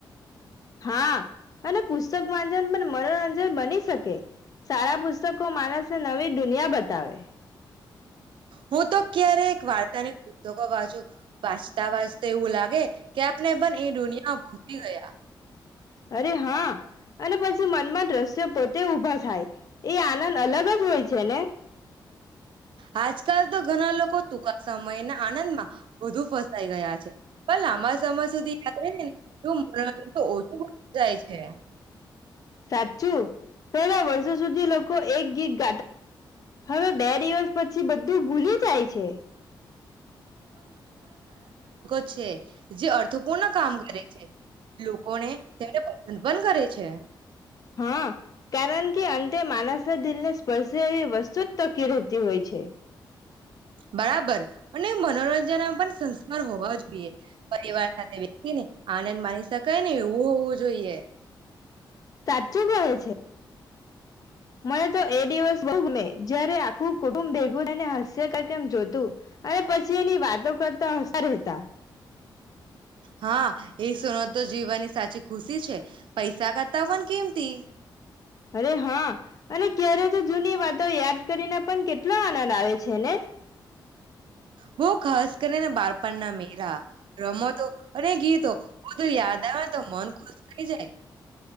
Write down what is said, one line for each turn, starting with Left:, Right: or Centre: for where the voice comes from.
Left: હા અને પુસ્તક વાજન પણ મનોરંજન બની શકે. સારા પુસ્તકો માનસ નવી દુનિયા બતા ત આવે.
Right: હું તો ક્યારેક વાર્તાની પુસ્તકો વાંચું વાંચતા વાંચતા એવું લાગે કે આપણે પણ એ દુનિયામાં પહોંચી ગયા
Left: અરે હા અને પછી મનમાં દ્રશ્ય પોતે ઉભા થાય એ આનંદ અલગ જ હોય છે ને.
Right: આજ આકાલ તો ઘણા લોકો ટૂંકા સમય આનંદ માં બુ ફસાઈ ગયા છે પણ લાંબા સમય સુધી યાદ રહે ને ને એવું મનોરંજન તો ઓછું જાય છે.
Left: સાચું પહેલા વર્ષ જ સુધી લોકો એક ગીત હવે બે દિવસ પછી બધું ભૂલી જાય છે.
Right: પ છે. જે અર્થપૂર્ણ કામ કરે છે લોકોને તેને પસંદ પણ કરે છે.
Left: હા કારણ કે અંતે માનસના દિલને વસે વસ્તુ જ તકી રહે જ હોય છે.
Right: બરાબર અને મનોરંજનમાં પણ સંસ્કાર હોવા જોઈએ પરિવાર સાથે વસી ને આનંદ માની શકાય ને એવું હોવું જોઈએ.
Left: સાચું કહે છે. મને તો એ દિવસ બહ મે જયારે આખું કુટુંબ હસ્ય કર એમ જોતું અને પછી એની વાતો કરતા હસતાતા.
Right: હા એ સુનો તો જીવવાની સાચી ખુશી છે પૈસા કરતા પણ કેમતી
Left: અરે હા અને ક્યારે તો જૂની વાતો યાદ કરીને. પણ કેટલા આનંદ આવે છે ને
Right: બ ખાસ કરીને બાળપણના મેરા રમતો અને ગીતો બધું યાદ આવે તો મન ખુશ થઈ જાય.